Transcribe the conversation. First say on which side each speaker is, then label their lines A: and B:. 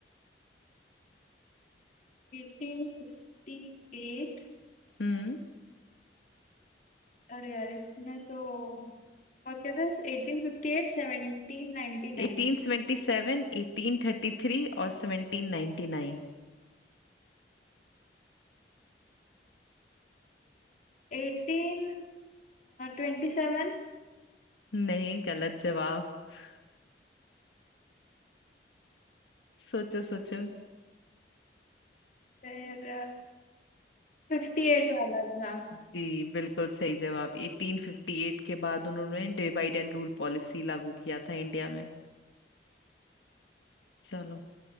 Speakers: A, on the left; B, on the left.
A: Eighteen fifty eight
B: हम्म
A: अरे यार इसमें तो और कहते हैं eighteen fifty eight seventeen ninety nine
B: 1877 1833 और 1799
A: Eighteen twenty seven
B: नहीं गलत जवाब <laughs> सोचो सोचो
A: फिर फिफ्टी एट वाला था
B: जी बिल्कुल सही जवाब 1858 के बाद उन्होंने डिवाइड एंड रूल पॉलिसी लागू किया था इंडिया में चलो